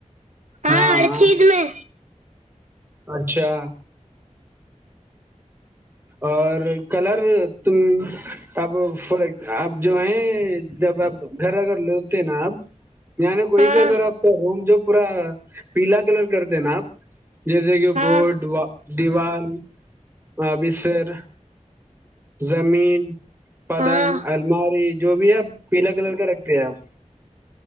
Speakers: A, on the right; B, on the right.
A: ہاں
B: ہاںاں
A: ہر چیز میں
B: اچھا اور کلر تم اب فار اب جو ہے جب آپ گھر اگر لیتے نا آپ یعنی کوئی
A: ہاں
B: بھی اگر آپ کا روم جو پورا پیلا کلر کرتے نا آپ جیسے کہ
A: ہاں
B: بورڈ و دیوان آبصر زمین پلنگ
A: ہاں
B: الماری جو بھی ہے آپ پیلا کلر کا رکھتے ہیں آپ